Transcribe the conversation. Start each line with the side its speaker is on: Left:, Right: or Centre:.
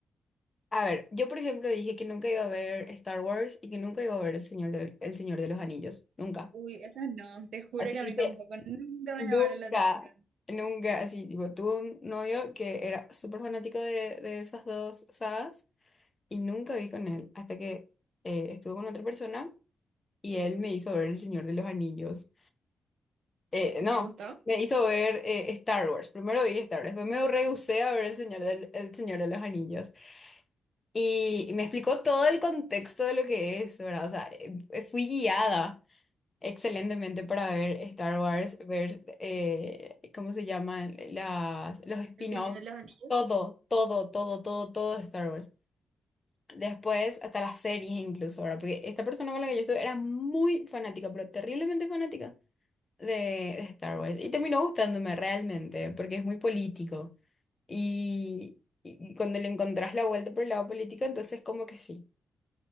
Left: A ver, yo por ejemplo dije que nunca iba a ver Star Wars y que nunca iba a ver El Señor de, El Señor de los Anillos. Nunca.
Right: Uy, esas no, te juro
Left: Así
Right: que
Left: dije,
Right: a mí tampoco, nunca me
Left: nunca,
Right: llamaron la atención.
Left: nunca. Así, tipo, tuve un novio que era súper fanático de, de esas dos sagas y nunca vi con él hasta que eh, estuve con otra persona. y él me hizo ver El Señor de los Anillos. Eh,
Right: ¿Te
Left: no,
Right: gustó?
Left: me hizo ver eh, Star Wars. Primero vi Star Wars, después me rehusé a ver El Señor del, El Señor de los Anillos. Y, y me explicó todo el contexto de lo que es, ¿verdad? O sea, eh, eh, fui guiada excelentemente para ver Star Wars, ver, eh, ¿cómo se llaman? Las, los spin-offs.
Right: El Señor de los Anillos.
Left: Todo, todo, todo, todo, todo de Star Wars. Después, hasta las series incluso, ahora, porque esta persona con la que yo estuve era muy fanática, pero terriblemente fanática. de Star Wars. Y terminó gustándome realmente, porque es muy político. Y, y cuando le encontrás la vuelta por el lado político, entonces como que sí.